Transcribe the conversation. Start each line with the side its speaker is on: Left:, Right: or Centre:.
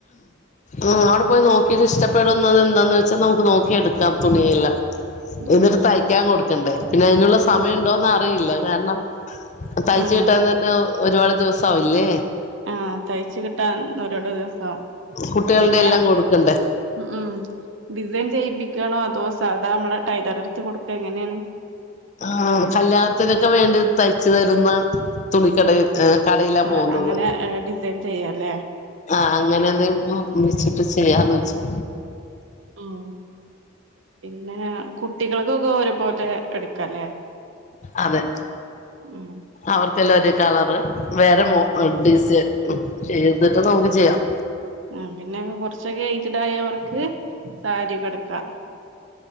Left: ഉം അവിടെ പോയി നോക്കീട്ട് ഇഷ്ടപ്പെടുന്നത് എന്താന്ന് വെച്ചാ നമുക്ക് നോക്കി എടുക്കാം തുണിയെല്ലാം എന്നിട്ട്
Right: ആഹ്
Left: തയ്ക്കാൻ കൊടുക്കണ്ടേ പിന്നെ അയ്നുള്ള
Right: ഉം
Left: സമയം ഉണ്ടോന്ന് അറിയില്ല കാരണം തയ്ച്ച്
Right: ആഹ്
Left: കിട്ടാൻ തന്നെ ഒരുപാട് ദിവസം ആവില്ലേ
Right: ആഹ് തയ്ച്ച് കിട്ടാൻ ഒരുപാട് ദിവസാവും
Left: കുട്ടികളുടെ
Right: പിന്നെ
Left: എല്ലാം കൊടുക്കണ്ടേ
Right: ഉം ഉം ഡിസൈൻ ചെയ്യിപ്പിക്കാണോ അതോ സാധാ അമ്മളെ ടൈലറെട്ത്ത് കൊടുക്കാ എങ്ങനേണ്
Left: ആഹ് കല്യാണത്തിനൊക്കെ വേണ്ടി തയ്ച്ചു തരുന്ന തുണിക്കടയിൽ ഏഹ് കടയിലാ
Right: ആഹ്
Left: പോകുന്നത്
Right: അങ്ങനെ ഡിസൈൻ ചെയ്യാല്ലേ
Left: ആഹ് അങ്ങനെ എന്തെങ്കിലും വിളിച്ചിട്ട് ചെയ്യാന്ന് വെച്ചു
Right: ഉം പിന്നെ കുട്ടികൾക്കൊക്കെ ഒരു പോലെ എടുക്കല്ലേ
Left: അതെ
Right: ഉം
Left: അവർക്കെല്ലാം ഒരു കളറ് വേറെ മോ
Right: ഉം
Left: ഡിസൈൻ ചെയ്തിട്ട് നമുക്ക് ചെയ്യാം
Right: ആഹ് പിന്നെ കൊറച്ചൊക്കെ ഏയ്ജ്ട് ആയോർക്ക് സാരി ഒക്കെ ഇട്ക്കാം